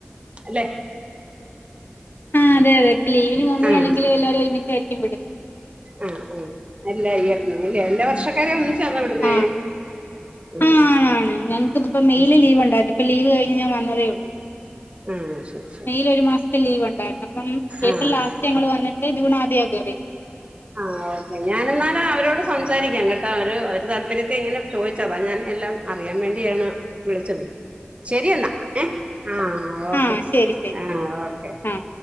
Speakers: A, on the right (about 30°); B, on the left (about 55°).
A: അല്ലെ
B: ആഹ് അതെ അതെ ഇപ്പം ലീവിന് പോകുമ്പഴാണെങ്കിലും
A: ആഹ്
B: എല്ലാവരേം ഒരുമിച്ചായിരിക്കും വിടുന്നേ
A: ആഹ് ആഹ് എല്ലാ ഇയറിനും ല്യോ എല്ലാ വർഷക്കാരേം ഒന്നിച്ചാന്നോ വിടുന്നേ
B: ആഹ്
A: ഉം
B: ആഹ് ആണാണ് ഞങ്ങക്കിപ്പോ മെയില്
A: ഉം
B: ലീവ്ണ്ടായ്ന്ന് ഇപ്പം ലീവ് കഴിഞ്ഞ് ഞാൻ വന്നതേള്ളൂ
A: ആഹ് ശരി ശരി
B: മേയ്യിലൊര് മാസത്തെ ലീവൊണ്ടായിരുന്നു അപ്പം ഏപ്രിൽ
A: ആഹ്
B: ലാസ്റ്റ് ഞങ്ങള് വന്നിട്ട് ജൂൺ ആദ്യാ കേറിയത്
A: ആഹ് ഓക് ഞാനെന്നാല് അവരോട് സംസാരിക്കാം കേട്ടാ ഒരു ഒരു താല്പര്യത്തീ ഇങ്ങനെ ചോദിച്ചതാ ഞാൻ എല്ലാം അറിയാൻ വേണ്ടിയാണ് വിളിച്ചത് ശരിയെന്നാ ഏ ആഹ് ഓക്കെ
B: ആഹ് ശരി ശരി
A: ആഹ് ഓക്കെ
B: ആഹ്